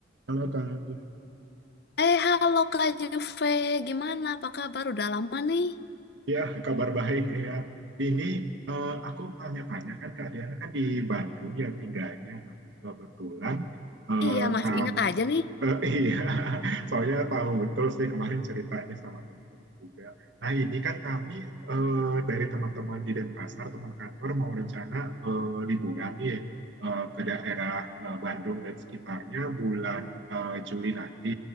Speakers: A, on the right; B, on the left.
A: Halo Kak, ya,
B: Eh, halo Kak Juve, gimana? Apa kabar? Udah lama nih.
A: Ya, kabar baik ya. Ini eh, aku tanya-tanya kan Kak Diana kan di Bandung ya tinggalnya. Nah, kebetulan eh,
B: Iya, masih
A: kamu,
B: inget aja nih.
A: eh, <laughs> iya, soalnya tahu betul sih kemarin ceritanya sama teman-teman juga. Nah ini kan kami eh, dari teman-teman di Denpasar, teman kantor mau rencana eh, liburan nih eh, ke daerah eh, Bandung dan sekitarnya bulan eh, Juli nanti.